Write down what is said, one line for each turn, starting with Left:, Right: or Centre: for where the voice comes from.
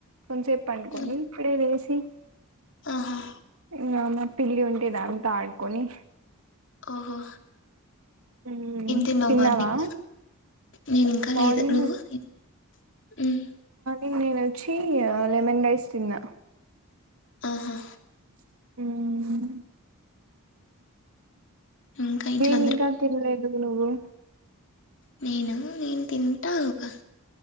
Right: కోన్సెప్ పన్కొనీ
Left: మ్మ్
Right: ఇపుడే లేసి
Left: ఆహా
Right: ఇంగా మా పిల్లి ఉంటే దాంతో ఆడుకొని
Left: ఓహో
Right: మ్మ్
Left: ఏం తిన్నావ్
Right: తిన్నావా
Left: మార్నింగ్ నేను ఇంకా
Right: మార్నింగ్
Left: లేదు నువ్వు ఏం ఉం
Right: ఇ నేను వచ్చి లెమన్ రైస్ తిన్నా
Left: ఆహా
Right: ఉమ్
Left: ఇంకా ఇంట్లో
Right: ఏం ఇంకా తినలేదు నువ్వు
Left: నేనా నేను తింటా ఒక